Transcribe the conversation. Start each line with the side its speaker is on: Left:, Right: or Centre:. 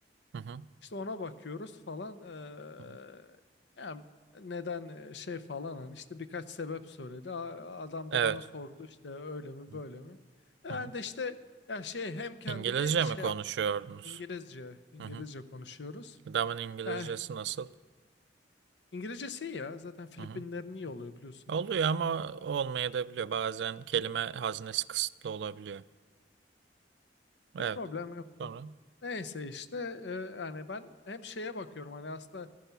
Right: hı hı,
Left: işte ona bakıyoruz falan. E,
Right: hı hı.
Left: yani neden e, şey falan hani işte birkaç sebep söyledi. A- Adam
Right: Evet.
Left: da bana sordu işte öyle mi
Right: Hı
Left: böyle
Right: hı,
Left: mi. Ben
Right: hı hı.
Left: de işte ya şey hem kendimi
Right: İngilizce
Left: şey
Right: mi konuşuyordunuz?
Left: yap İngilizce İngilizce
Right: Hı hı.
Left: konuşuyoruz.
Right: Adamın İngilizcesi
Left: Eh,
Right: nasıl?
Left: İngilizcesi iyi ya zaten Filipinlerin
Right: Hı hı.
Left: iyi oluyor biliyorsun
Right: Oluyor
Left: genelde.
Right: ama olmayabiliyor. Bazen kelime haznesi kısıtlı olabiliyor. Evet.
Left: Bir problem yoktu.
Right: Sonra.
Left: Neyse işte e, yani ben hem şeye bakıyorum hani aslında